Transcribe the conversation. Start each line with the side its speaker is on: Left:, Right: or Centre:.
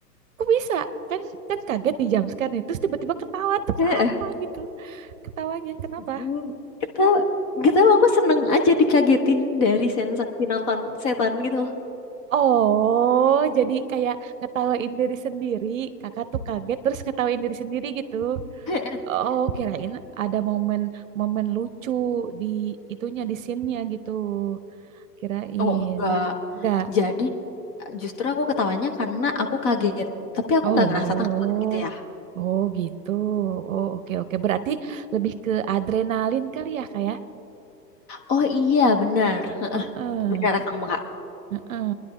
Right: Kok bisa? Kan kan kaget nih jam nih. Terus tiba-tiba ketawa. Terus
Left: <laughs>
Right: apa gitu? Ketawanya kenapa?
Left: Mm, kita kita aku seneng aja dikagetin dari sensasi nonton setan gitu
Right: Oh, jadi kayak ngetawain diri sendiri. Kakak tuh kaget terus ngetawain diri sendiri gitu.
Left: <laughs>
Right: Oh, kirain ada momen-momen lucu di itunya, di scene-nya gitu. Kirain.
Left: Oh enggak.
Right: Enggak.
Left: Jadi justru aku ketawanya karena aku kaget. Tapi aku
Right: Oh,
Left: nggak ngerasa takut gitu ya.
Right: oh gitu. Oh, oke oke. Berarti lebih ke adrenalin kali ya kayak.
Left: oh iya benar
Right: Heeh,
Left: Benar kamu kak?
Right: heeh.